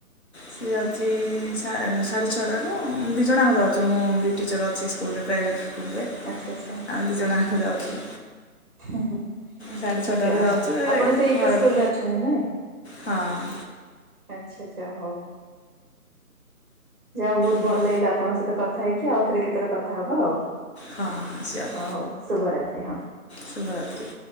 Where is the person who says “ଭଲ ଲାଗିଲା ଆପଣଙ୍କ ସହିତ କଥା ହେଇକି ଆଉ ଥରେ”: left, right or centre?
Right